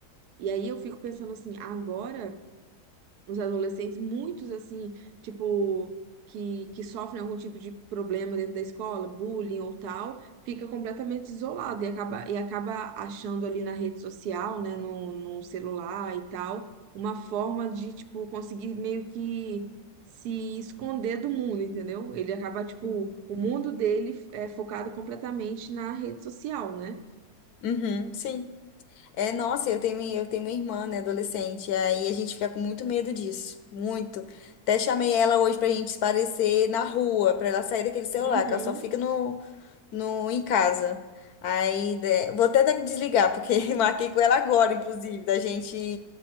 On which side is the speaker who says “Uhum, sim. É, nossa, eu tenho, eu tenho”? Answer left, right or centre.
Left